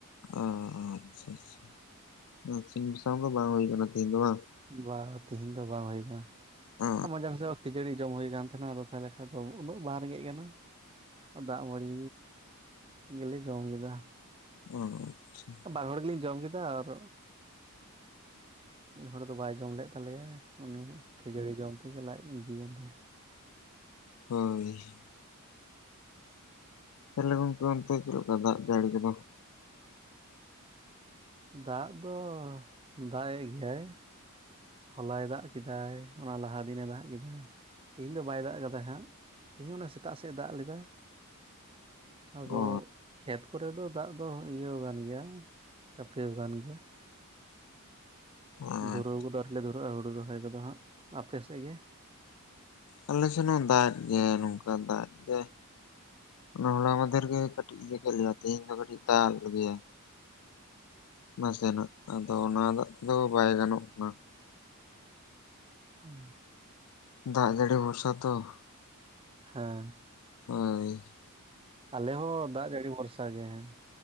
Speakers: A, on the left (about 75°); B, on the right (about 25°).
A: ᱚ ᱟᱪᱪᱷᱟ ᱟᱪᱪᱷᱟ, ᱤᱥᱤᱱ ᱵᱟᱥᱟᱝ ᱫᱚ ᱵᱟᱝ ᱦᱩᱭ ᱠᱟᱱᱟ ᱛᱮᱦᱤᱧ ᱫᱚ ᱵᱟᱝ?
B: ᱵᱟ ᱛᱤᱦᱤᱧ ᱫᱚ ᱵᱟᱝ ᱦᱳᱭ ᱠᱟᱱᱟ
A: ᱚ
B: ᱢᱟᱡᱟᱱ ᱥᱮᱜᱦᱚ ᱠᱷᱟᱡᱟᱹᱲᱤ ᱡᱚᱢ ᱦᱳᱭ ᱠᱟᱱ ᱛᱟᱦᱮᱸᱱᱟ, ᱟᱫᱚ ᱛᱟᱦᱚᱞᱮ ᱠᱷᱟᱱ ᱫᱚ ᱩᱱᱟᱹᱜ ᱵᱟᱝ ᱨᱮᱸᱜᱮᱡ ᱠᱟᱱᱟ᱾ ᱫᱟᱜ ᱢᱟᱹᱲᱤ ᱜᱮᱞᱮ ᱡᱚᱢ ᱞᱮᱫᱟ ᱾
A: ᱚ ᱟᱪᱪᱷᱟ ᱾
B: ᱵᱟᱨ ᱦᱚᱲ ᱜᱮᱞᱤᱧ ᱡᱚᱢ ᱠᱮᱫᱟ, ᱟᱨ ᱢᱤᱫ ᱦᱚᱲ ᱫᱚ ᱵᱟᱭ ᱡᱚᱢ ᱞᱮᱫ ᱛᱟᱞᱮᱭᱟ ᱾ ᱩᱱᱤ ᱠᱷᱟᱡᱟᱹᱲᱤ ᱡᱚᱢ ᱛᱮᱜᱮ ᱞᱟᱡ ᱵᱤᱭᱮᱱ ᱛᱟᱭᱟ ᱾
A: ᱦᱳᱭ ᱛᱟᱦᱞᱮ ᱜᱚᱝᱠᱮ ᱚᱱᱛᱮ ᱪᱮᱫ ᱞᱮᱠᱟ ᱫᱟᱜ ᱡᱟᱹᱲᱤ ᱠᱚᱫᱚ?
B: ᱫᱟᱜ ᱫᱚ ᱫᱟᱜᱼᱮᱜ ᱜᱮᱭᱟᱭ ᱾ ᱦᱚᱞᱟᱭ ᱫᱟᱜ ᱠᱮᱫᱟᱭ ᱚᱱᱟ ᱞᱟᱦᱟ ᱫᱤᱱᱮ ᱫᱟᱜ ᱠᱮᱫᱟᱭ ᱛᱤᱦᱤᱧ ᱫᱚ ᱵᱟᱭ ᱫᱟᱜ ᱠᱟᱫᱟ ᱦᱟᱸᱜ ᱾ ᱛᱤᱦᱤᱧ ᱚᱱᱟ ᱥᱮᱛᱟᱜ ᱥᱮᱜ ᱮ ᱫᱟᱜ ᱞᱮᱫᱟ ᱾ ᱟᱫᱚ
A: ᱚ
B: ᱠᱷᱮᱛ ᱠᱚᱨᱮ ᱫᱚ ᱫᱟᱜ ᱫᱚ ᱤᱭᱟᱹᱣ ᱠᱟᱱ ᱜᱮᱭᱟ, ᱪᱟᱯᱮᱣ ᱠᱟᱱ ᱜᱮᱭᱟ ᱾
A: ᱟᱨ
B: ᱫᱷᱩᱨᱟᱹᱣ ᱠᱚ ᱫᱚ ᱟᱹᱣᱨᱤ ᱞᱮ ᱫᱷᱩᱨᱟᱹᱜᱼᱟ ᱦᱩᱲᱩ ᱨᱚᱦᱚᱭ ᱠᱚᱫᱚ ᱦᱟᱸᱜ ᱾ ᱟᱯᱮ ᱥᱮᱜ ᱜᱮ?
A: ᱟᱞᱮ ᱥᱮᱱ ᱦᱚᱸ ᱫᱟᱜ ᱜᱮᱭᱟᱭ ᱱᱚᱝᱠᱟ ᱫᱟᱜ ᱜᱮ ᱾ ᱚᱱᱟ ᱦᱚᱞᱟ ᱢᱟᱫᱷᱮᱨ ᱜᱮ ᱠᱟᱹᱴᱤᱡ ᱤᱭᱟᱹ ᱠᱮᱜ ᱞᱮᱭᱟ, ᱛᱤᱦᱤᱧ ᱫᱚ ᱠᱟᱹᱴᱤᱡ ᱫᱟᱜ ᱟᱫ ᱞᱮᱜᱮᱭᱟ
B: <unintelligible>
A: ᱱᱟᱥᱮᱱᱟᱜ ᱟᱫᱚ ᱚᱱᱟ ᱫᱟᱜ ᱛᱮᱫᱚ ᱵᱟᱭ ᱜᱟᱱᱚᱜ ᱠᱟᱱᱟ ᱾
B: ᱩᱻ
A: ᱫᱟᱜ ᱡᱟᱹᱲᱤ ᱵᱷᱚᱨᱥᱟ ᱛᱚ ᱾
B: ᱦᱮᱸ ᱾
A: ᱦᱳᱭ ᱾
B: ᱟᱞᱮ ᱦᱚᱸ ᱫᱟᱜ ᱡᱟᱹᱲᱤ ᱵᱷᱚᱨᱥᱟ ᱜᱮ ᱦᱮᱸ ᱾